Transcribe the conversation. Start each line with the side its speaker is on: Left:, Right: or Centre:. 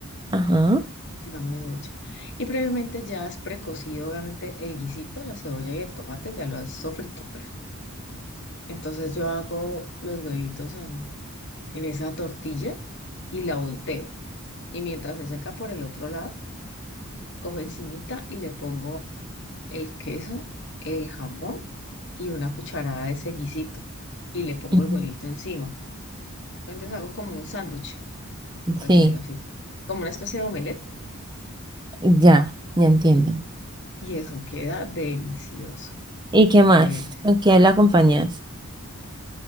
Right: Ajá.
Left: sino medio hecha. Y previamente ya has precocido, obviamente, el guisito, la cebolla y el tomate, ya lo has sofrito, pues. Entonces yo hago los huevitos en, en esa tortilla y la volteo. Y mientras se seca por el otro lado, cojo encimita y le pongo el queso, el jamón y una cucharada de ese guisito. Y le pongo
Right: Ujú,
Left: el huevito encima. Entonces hago como un sándwich, por decirlo
Right: Sí.
Left: así. Como una especie de omelette.
Right: Ya, ya entiendo.
Left: Y eso queda delicioso.
Right: ¿Y qué más?
Left: del-
Right: ¿Con qué la acompañas?